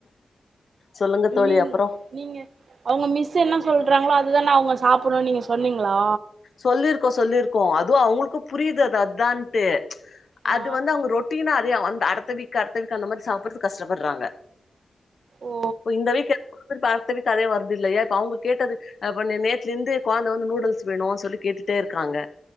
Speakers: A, on the left; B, on the right.
A: சொல்லுங்க தோழி
B: நீங்
A: அப்றோ
B: நீங்க அவங்க மிஸ் என்ன சொல்றாங்களோ அதுதான அவ ங்க சாப்படனுன்னு நீங்க சொன்னீங்ளா?
A: சொல்லிருக்கோ சொல்லிருக்கோ அ து அவங்களுக்கு புரியுது அது அதான்ட்டு.
B: ஆ
A: அது வந்து அவங்க ரொட்டீனா து வந் அடுத்த வீக் அடுத்த வீக் அந்த மாரி சாப்புடறதுக்கு கஷ்டப்படுறாங்க.
B: ஓ
A: இப்ப இந்த வீக் எடு <unintelligible> அதே வர்றது இல்லையே இப்ப அவங்க கேட்டது அ இப்ப நே நேத்துல இருந்து கொழந்த வந்து நூடுல்ஸ் வேணு சொ ல்லி கேட்டுட்டே இருக்காங்க.